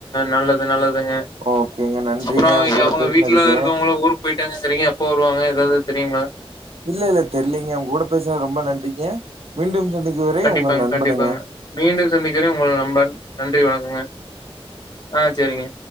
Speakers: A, on the left; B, on the right.
A: நல்லது நல்லதுங்க
B: ஓகேங்க நன்றிங்க
A: அப்பறோ
B: உங்க கூட
A: அவுங்க
B: பேசினதுக்கு
A: வீட்ல இருக்கவங்கள ஊருக் போயிட்டாங்ககிரீங்க எப்போ வருவாங்க ஏதாது தெரியுங்களா
B: இல்ல இல்ல தெரிலங்க உங்க கூட பேசுனது ரொம்ப நன்றிங்க மீண்டும் சந்திக்கும் வரை
A: கண்டிப்பாங்க
B: உங்கள் நண்பனுங்க
A: கண்டிப்பாங்க மீண்டு சந்திக்கிறே உங்க நண்பன் நன்றி வணக்கங்க ஆ சேரிங்க